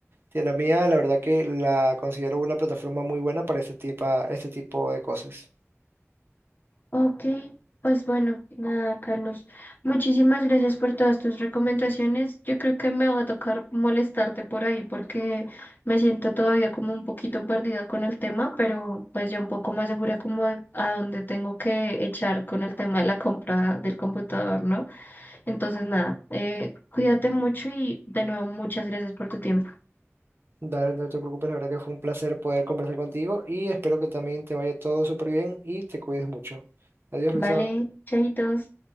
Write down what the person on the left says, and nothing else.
Ok, pues bueno, nada, Carlos. Muchísimas gracias por todas tus recomendaciones. Yo creo que me va a tocar molestarte por ahí porque me siento todavía como un poquito perdida con el tema, pero pues ya un poco más segura como de a dónde tengo que echar con el tema de la compra del computador, ¿no? Entonces, nada, eh, cuídate mucho y de nuevo muchas gracias por tu tiempo.
Vale,
chaitos.